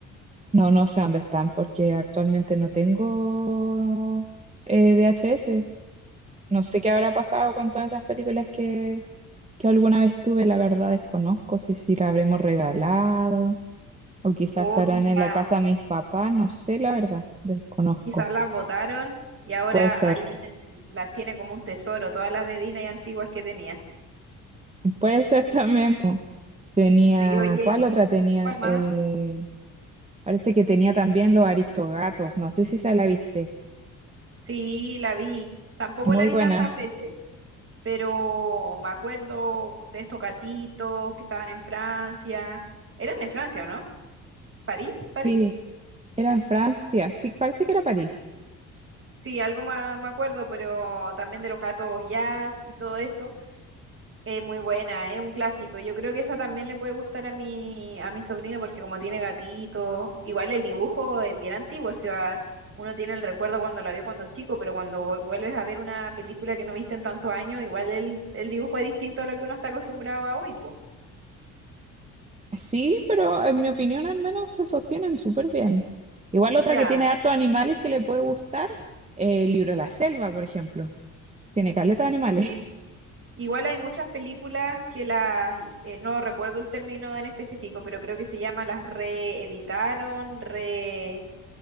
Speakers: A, on the right; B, on the right.
A: No, no sé dónde están porque actualmente no tengo eh, VHS. No sé qué habrá pasado con todas esas películas que, que alguna vez tuve, la verdad desconozco si, si la habremos regalado o quizás
B: O
A: estarán
B: quizás.
A: en la casa de mis papás, no sé, la verdad, desconozco.
B: Quizás las botaron y ahora
A: Puede ser,
B: alguien las tiene como un tesoro, todas las de Disney antiguas que tenías.
A: puede ser <laughs> también. po. Tenía,
B: Sí, oye,
A: ¿cuál otra tenía?
B: ¿cuál más?
A: Eh, parece que tenía también Los Aristogatos, no sé si se la viste.
B: Sí, la vi. Tampoco
A: Muy
B: la vi
A: buena,
B: tantas veces, pero me acuerdo de estos gatitos que estaban en Francia. ¿Eran en Francia o no? ¿París, parece?
A: sí, era en Francia, sí, parece que era París.
B: Sí, algo más me acuerdo, pero también de los gatos jazz y todo eso. Eh, muy buena, es un clásico. Yo creo que esa también le puede gustar a mi, a mi sobrino porque como tiene gatito, igual el dibujo es bien antiguo, o sea, uno tiene el recuerdo cuando la vio cuando chico, pero cuando vu- vuelves a ver una película que no viste en tantos años, igual el, el dibujo es distinto a lo que uno está acostumbrado a hoy, po.
A: Sí, pero en mi opinión al menos se sostienen súper bien. Igual otra
B: Ya,
A: que tiene hartos animales que le puede gustar, eh, el libro de la selva, por ejemplo. Tiene caleta de animales.
B: sí.
A: <laughs>
B: Igual hay muchas películas que las, his- eh, no recuerdo el término en específico, pero creo que se llama las reeditaron, re,